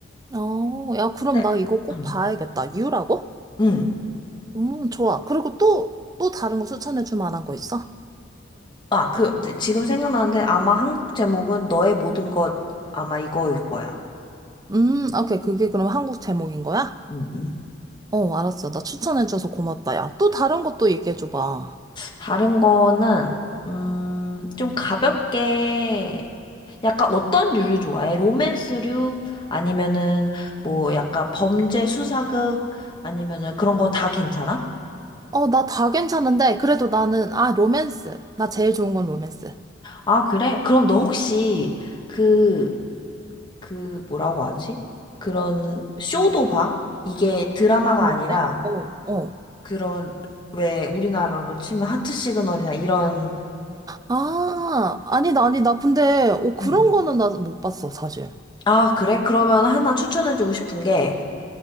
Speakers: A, on the right; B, on the left.
A: 어, 야, 그럼
B: 근데,
A: 나 이거 꼭
B: 음.
A: 봐야겠다. 유라고?
B: 음.
A: 음, 좋아. 그리고 또, 또 다른 거 추천해 줄 만한 거 있어?
B: 아, 그, 네, 지금 생각나는데 아마 한국 제목은 너의 모든 것 아마 이거일 거야.
A: 음, 아, 오케이. 그게 그럼 한국 제목인 거야?
B: 음, 음.
A: 어, 알았어. 나 추천해줘서 고맙다. 야, 또 다른 것도 얘기해줘봐.
B: 다른 거는, 음, 좀 가볍게, 약간 어떤 류를 좋아해? 로맨스류? 아니면은 뭐 약간 범죄 수사극? 아니면은 그런 거 다 괜찮아?
A: 어, 나 다 괜찮은데, 그래도 나는, 아, 로맨스. 나 제일 좋은 건 로맨스.
B: 아, 그래? 그럼 너 혹시 그, 그 뭐라고 하지? 그런 쇼도 봐? 이게 드라마가
A: 뭔데?
B: 아니라
A: 어, 어.
B: 그런 왜 우리나라로 치면 하트 시그널이나 이런
A: 아, 아니, 나, 아니, 나 근데, 어, 그런
B: 음.
A: 거는 나 못 봤어, 사실.
B: 아, 그래? 그러면 하나 추천해주고 싶은 게,